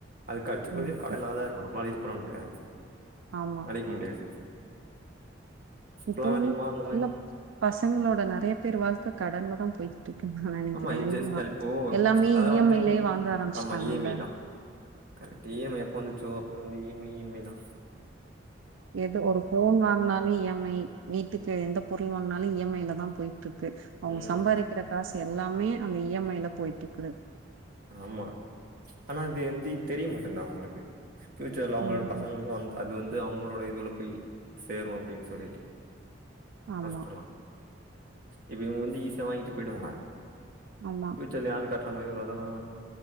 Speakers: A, on the right; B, on the right.
A: அதுகடைசி வரைக்கு
B: ம்
A: கடனா தா இருக்கனு நம்ம இது பண்ணோனு வெச்சுக்கேயே
B: ஆமா
A: அடைக்க முடியாது இப்பல்லா
B: இப்போ உள்ள
A: அதிகமா அந்த மாரி
B: இல்ல பசங்களோட நெறையா பேர் வாழ்க்க கடன்ல தா போயி ஆனா
A: ஆமா இது ஜஸ்ட்
B: <unintelligible>
A: இப்போ
B: எல்லாமே
A: அத
B: இ
A: வந்து
B: எம் ஐ லயே வாங்க ஆரம்ச்சுட்டாங்கல்ல
A: ஆமா இ எம் ஐ தான் கரெக்ட் இ எம் ஐ எப்ப வந்துச்சோ அப்ப இருந்து E M I E M I தா
B: எது ஒரு போன் வாங்கினாலு இ எம் ஐ வீட்டுக்கு எந்த பொருள் வாங்கினாலு இ எம் ஐ ல தா போயிட்டு இருக்கு அவங்க
A: ம்
B: சம்பாதிக்கிற காசு எல்லாமே அந்த இ எம் ஐல போயிட்டு இருக்கு
A: ஆமா ஆனா அது வந்து தெரியமாட்டேங்குது அவங்களுக்கு ஃபியூச்சர்ல அவங்களோட
B: ம்
A: பசங்களுக்கு வந்த அது வந்து அவங்களோட இதுல போய் சேரு அப்படின்னு சொல்லிட்டு
B: ஆமா
A: கஷ்டலா இப்ப இவங்க வந்து ஈஸியா வாங்கிட்டு போயிடுவாங்க
B: ஆமா
A: ஃபியூச்சர்ல யாராவது கட்டுற மாதிரி வரு அதெல்லா